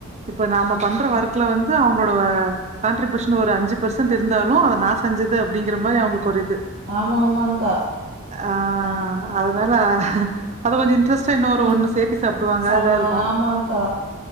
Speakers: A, on the right; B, on the right.
A: இப்ப நாம பண்ற ஒர்க்ல வந்து அவங்களோட கண்டட்ரிபியூஷன் ஒரு அஞ்சு பெர்சன்ட் இருந்தாலு அத நா செஞ்சது அப்டிங்கற மாரி அவங்களுக்கு ஒரு இது
B: ஆமா ஆமாங்க்கா
A: ஆ
B: நா
A: அதனால அத கொஞ்சோ இன்ட்ரெஸ்ட்டா இன்னொரு ஒரு
B: ம்
A: ஒண்ணு சேத்தி சாப்டுவாங்க
B: சாப்டுவா
A: இதா இருக்கு
B: ஆமாங்க்கா